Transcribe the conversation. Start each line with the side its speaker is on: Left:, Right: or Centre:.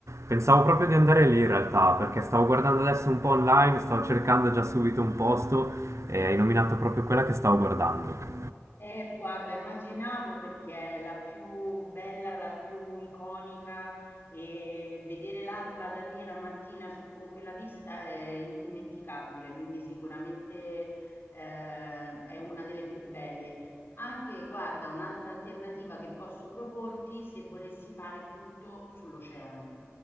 Right: Pensavo proprio di andare lì in realtà, perché stavo guardando adesso un po' online, stavo cercando già subito un posto e hai nominato proprio quella che stavo guardando.
Left: Eh, guarda, immaginavo perché è la più bella, la più iconica e vedere l'alba da lì la mattina su- con quella vista è indimenticabile, quindi sicuramente eh, è una delle più belle. Anche, guarda, un'altra alternativa che posso proporti se volessi fare tutto sull'oceano.